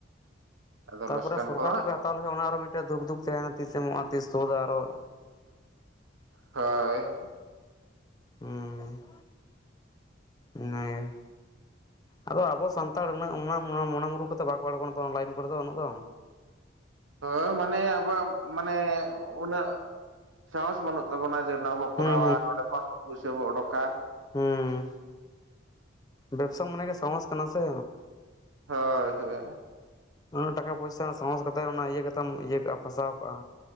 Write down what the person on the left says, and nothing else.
ᱛᱟᱯᱚᱨᱮ
ᱥᱚᱨᱠᱟᱨ
ᱴᱷᱮᱜ ᱯᱮ ᱦᱟᱛᱟᱣ ᱞᱮᱠᱷᱟᱱ ᱚᱱᱟ ᱟᱨᱚ ᱢᱤᱜᱴᱮᱱ ᱫᱩᱠᱫᱩᱠᱷ ᱛᱟᱦᱮᱸᱱᱟ ᱛᱤᱥ ᱮ ᱮᱢᱚᱜᱼᱟ ᱛᱤᱥ ᱥᱳᱫ ᱟᱨᱚ
ᱦᱩᱸ ᱚᱱᱟᱜᱮ, ᱟᱫᱚ ᱟᱵᱚ ᱥᱟᱱᱛᱟᱲ ᱩᱱᱟᱹᱜ <unintelligible> ᱢᱚᱱᱮ ᱢᱩᱨᱩᱜ ᱠᱟᱛᱮᱜ ᱵᱟᱠᱚ ᱟᱲᱜᱚᱱᱟ ᱛᱚ ᱚᱱᱟ ᱞᱟᱭᱤᱱ ᱠᱚᱨᱮ ᱫᱚ ᱩᱱᱟᱹᱜ ᱫᱚ᱾
ᱦᱩᱸ
ᱦᱮᱸ ᱵᱮᱵᱥᱟ ᱢᱟᱱᱮ ᱜᱮ ᱥᱟᱦᱚᱥ ᱠᱟᱱᱟ ᱥᱮ,
ᱩᱱᱟᱹᱜ ᱴᱟᱠᱟ ᱯᱚᱭᱥᱟ ᱥᱟᱦᱚᱥ ᱠᱟᱛᱮᱜ ᱚᱱᱟ ᱤᱭᱟᱹ ᱠᱟᱛᱮᱢ ᱤᱭᱟᱹ ᱠᱟᱜᱼᱟ ᱯᱷᱟᱥᱟᱣ ᱠᱟᱜᱼᱟ᱾